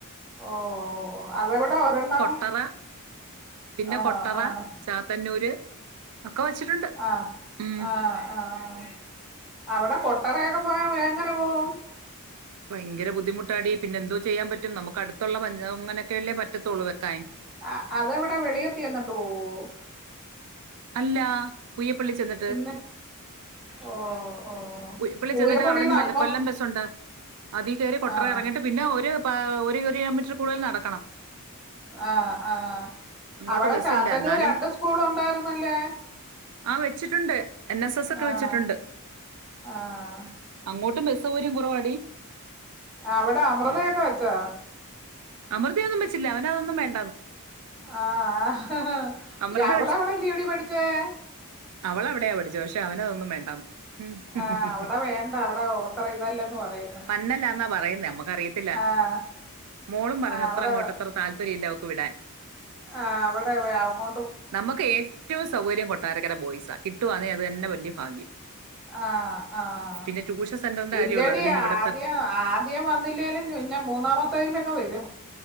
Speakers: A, in the centre; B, on the right (about 80°).
A: ഓ ഓ ഓ അതെവിടാ ഒരെണ്ണം
B: ട്ടറ പിന്നെ
A: ആഹ്
B: കൊട്ടറ
A: ആഹ്
B: ചാത്തന്നൂര് ഒക്കെ വെച്ചിട്ടുണ്ട്
A: ആഹ്
B: ഉം
A: ആഹ് ആഹ് ആഹ് അവിടെ കൊട്ടാറയൊക്കെ പോയാ എങ്ങനെ പോവും
B: ഭയങ്കര ബദ്ധിമുട്ടാടി പിന്നെ എന്തോ ചെയ്യാൻ പറ്റും നമുക്ക് അടുത്തുള്ള പഞ്ചാ അങ്ങനൊക്കെയല്ലേ പറ്റത്തോള്ള് വെക്കാൻ
A: അ അതെവിടാ വെളിയത്ത് ചെന്നിട്ട് പോകുവോ
B: അല്ല പൂയപ്പള്ളി ചെന്നിട്ട്
A: പിന്നെ ഓ ഓ
B: പുയപ്പള്ളി
A: പൂയപ്പള്ളിന്ന്
B: ചെന്നിട്ട് അവിടന്ന് ബ
A: അങ്ങോ
B: കൊല്ലം ബസ്സുണ്ട് അതി കേറി കൊട്ടറ
A: ആഹ്
B: ഇറങ്ങിയിട്ട് പിന്നെ ഒരു പ ഒരു ഒരു കിലോമീറ്റർ കൂടുതൽ നടക്കണം
A: ആഹ് ആഹ്
B: അങ്ങോട്ട്
A: അവിടെ
B: ബസ്സില്ല
A: ചാത്തന്നൂർ
B: എന്നാലും
A: രണ്ട് സ്കൂൾ ഉണ്ടായിരുന്നല്ലാ
B: ആഹ് വെച്ചിട്ടുണ്ട് എൻ എസ് എസ് ഒക്കെ
A: ആഹ്
B: വെച്ചിട്ടുണ്ട്
A: ആഹ്
B: അങ്ങോട്ടും ബസ് സൗകര്യം കുറവാടി
A: അവിടെ അമൃതയൊക്കെ വച്ചോ
B: അമൃതയൊന്നും വച്ചില്ല അവനതൊന്നും വേണ്ടാന്ന്
A: ആഹ് ഹ ഹാ
B: അമൃത
A: അവളവിടെയല്ലെയോടീ പഠിച്ചത്
B: അവളവിടെയാ പഠിച്ചേ പക്ഷേ അവനതൊന്നും വേണ്ടാന്ന് ഉം.
A: ആഹ് അവിടെ വേണ്ട അവിടെ ഓത്ര ഇതല്ലെന്ന് പറയ്ന്ന്
B: പന്നലാന്നാ പറയുന്നേ നമുക്കറിയത്തില്ല
A: ആഹ്
B: മോളും പറഞ്ഞു
A: ആഹ്
B: അത്രങ്ങോട്ടത്ര
A: അവിടെ
B: താൽപര്യല്ലവക്ക് വിടാൻ
A: ആഹ് അവിടെ വേ അങ്ങോ
B: നമ്മക്ക് ഏറ്റവും സൗകര്യം കൊട്ടാരക്കര ബോയ്സാ കിട്ടുവാന്നെ അത് തന്നെ വല്യ ഭാഗ്യം
A: ആഹ് ആഹ്
B: പിന്നെ ട്യൂഷൻ സെന്ററിന്റെ
A: ഇല്ലടി
B: കാര്യമുള്ളൂ അത് പിന്നെ ഇവിടത്തെ
A: ആദ്യം ആ ദ്യം വന്നില്ലോലും പിന്നെ മൂന്നാമത്തതിലൊക്കെ വരും